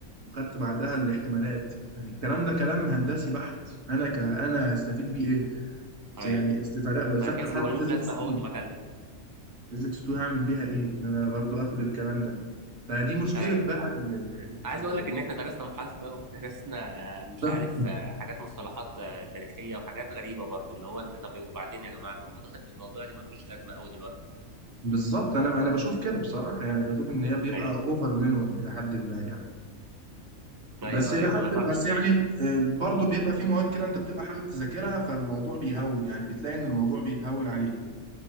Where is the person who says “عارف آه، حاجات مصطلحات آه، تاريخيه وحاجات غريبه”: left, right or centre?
Right